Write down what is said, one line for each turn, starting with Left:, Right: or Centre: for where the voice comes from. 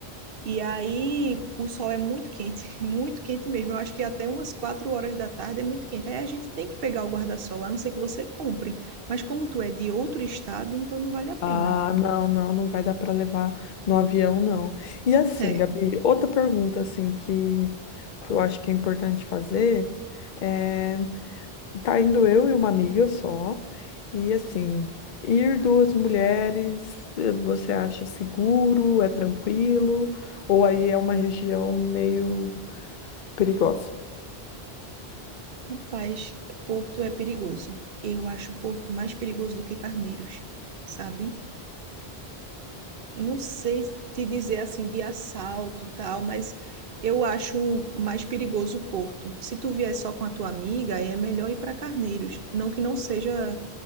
Right: e aí o sol é muito quente, <laughs> muito quente mesmo. Eu acho que até umas quatro horas da tarde é muito quente. Aí a gente tem que pegar o guarda-sol, a não ser que você compre. Mas como tu é de outro estado, então não vale a pena.
Left: Ah, não, não, não vai dar para levar no avião, não. E assim,
Right: É,
Left: Gabi, outra pergunta assim que, que eu acho que é importante fazer é, tá indo eu e uma amiga só, e assim, ir duas mulheres, eh, você acha seguro, é tranquilo, ou aí é uma região meio perigosa?
Right: rapaz, Porto é perigoso. Eu acho Porto mais perigoso do que Carneiros, sabe? Não sei te dizer assim de assalto e tal, mas eu acho mais perigoso Porto. Se tu vier só com a tua amiga, aí é melhor ir para Carneiros. Não que não seja